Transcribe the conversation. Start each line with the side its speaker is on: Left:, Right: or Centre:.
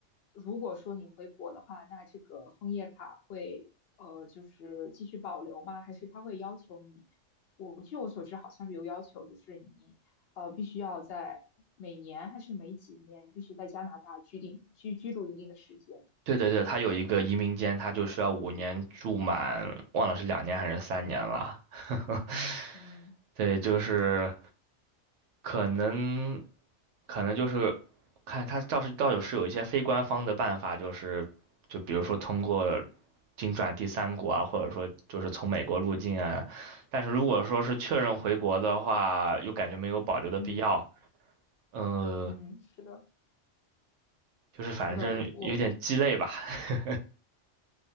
Left: 如果说你回国的话，那这个枫叶卡会呃就是继续保留吗？还是他会要求你？我据我所知，好像是有要求，就是你呃必须要在每年还是每几年必须在加拿大居定居居住一定的时间。
Right: 对对对，他有一个移民监，他就需要五年住满，忘了是两年还是三年了。<laughs>
Left: 嗯
Right: 对，就是可能，可能就是看他倒是倒有是有一些非官方的办法，就是就比如说通过经转第三国啊，或者说就是从美国入境啊。但是如果说是确认回国的话，又感觉没有保留的必要，
Left: 嗯
Right: 呃，
Left: 嗯，是的，
Right: 就是反正有点鸡肋吧。
Left: 是的，我
Right: <laughs>